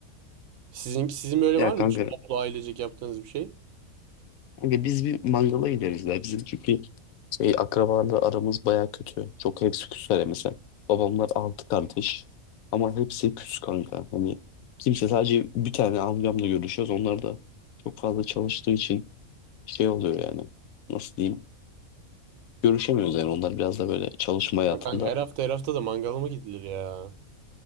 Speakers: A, on the right; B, on the left.
A: Sizin, sizin böyle
B: Ya
A: var mı
B: kanka,
A: hiç toplu ailecek yaptığınız bir şey?
B: kanka biz bir mangala gideriz ya. Bizim çünkü şey akrabalarla aramız baya kötü. Çok hepsi küsler mesela. Babamlar altı kardeş. Ama hepsi küs kanka. Hani kimse sadece bir tane amcamla görüşüyoruz. Onlar da çok fazla çalıştığı için şey oluyor yani. Nasıl diyeyim? Görüşemiyoruz yani. Onlar biraz da böyle çalışma hayatında.
A: Ya kanka her hafta her hafta da mangala mı gidilir ya?